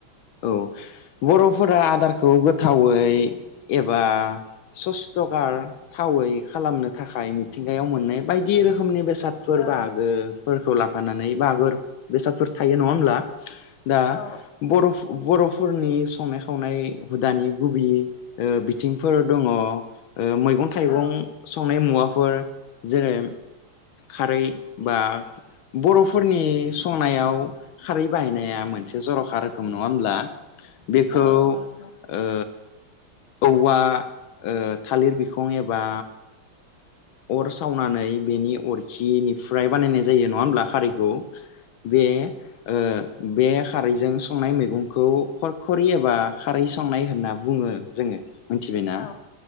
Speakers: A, on the left (about 80°); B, on the left (about 50°).
A: औ बर' आफोरा आदारखौ गोथावै एबा सस्थ'कार थावै खालामनो थाखाय मिथिंगायाव मोननाय बायदि रोखोमनि बेसन फोर
B: औ
A: बाहागो फोरखौ लाफानानै <unintelligible> बेसादफोर थायो नङा होमब्ला <unintelligible> दा
B: औ
A: बर' बर'फोरनि संनाय खावनाय हुदानि गुबै ओ बिथिंफोर दङ ओ मैगं थाइं
B: औ
A: नाय मुवाफोर जेरै खारै बा बर'फोरनि सम नायाव खारै बाहायनाया मोनसे जर'खा रोखोम नङा होमब्ला बेखौ
B: औ
A: ओ
B: नंगौ
A: औवा ओ थालिर बिख फं एबा अर सावनानै बेनि अरखिनिफ्राय बानायनाय जायो नङा होमब्ला खारैखौ बे ओ बे खारैजों संनाय मैगंखौ खरखरि एबा खारै संनाय होनना बुङो जोङो मिथिबायना
B: औ